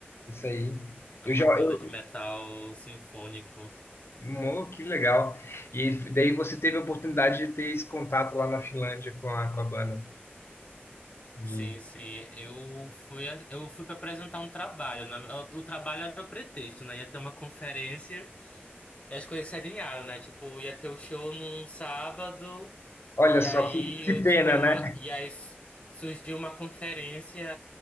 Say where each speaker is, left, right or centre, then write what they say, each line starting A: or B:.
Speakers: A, on the left (about 75°); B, on the left (about 35°).
A: Isso aí.
B: é
A: Eu
B: uma
A: já, eu-
B: banda de metal sinfônico.
A: Mo, que legal. E daí você teve a oportunidade de ter esse contato lá na Finlândia com a, com a banda. De...
B: Sim, sim, eu fui, a- eu fui para apresentar um trabalho. né? O o trabalho era o pretexto, né? Ia ter uma conferência e as coisas se alinharam, né? Tipo, ia ter o show num sábado.
A: Olha
B: E
A: só
B: aí
A: que, que
B: eu
A: pena,
B: tinha uma.
A: né?
B: E aí s- surgiu uma conferência